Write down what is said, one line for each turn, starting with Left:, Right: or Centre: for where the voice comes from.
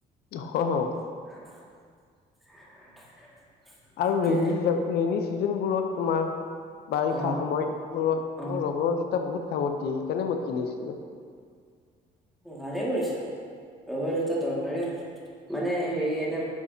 Left: অহ, অ'।
Centre: <inaudible>
Left: আৰু
Centre: দেহ
Left: ৰেন ৰেনী ছিজনবোৰত তোমাৰ বাৰিষা
Centre: অ
Left: সময়বোৰত
Centre: অ
Left: ৰবৰ জোতা বহুত কামত দিয়ে সেইকাৰণে মই কিনিছিলো
Centre: ভালে কৰিছা ৰবৰ জোতা দৰকাৰেই মানে হেৰি এটা